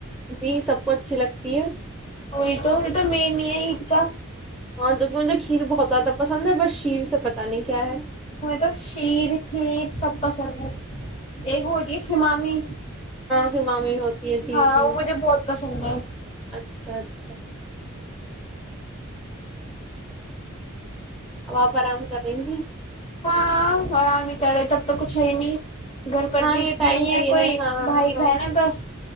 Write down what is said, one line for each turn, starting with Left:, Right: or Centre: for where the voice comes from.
Centre: جی سب کو اچھی لگتی ہے
Left: وہئی تو تو مین نہیں ہے عید کا
Centre: ہاں چونکہ مجھے کھیر بہت زیادہ پسند پسند ہے بس شیر سے پتا نہیں کیا ہے
Left: مجھیں تو شیر ہیر سب پسند ہے ایکگو ہوتی خمامی
Centre: جمای ہوتی ہے جی
Left: ہاں
Centre: جی
Left: وہ مجھے بہت پسند ہے
Centre: اچھا اچھا اب آپ آرام کر رہی تھی
Left: ہاں آرام کرے تب تو کچھ ہے ہی نہیں گھر پر
Centre: ہاں
Left: بھی
Centre: یہ ٹائم
Left: نہیں
Centre: تو
Left: ہے
Centre: یہ
Left: کوئی
Centre: ہاں
Left: بھائی
Centre: ہاں
Left: ب نا بس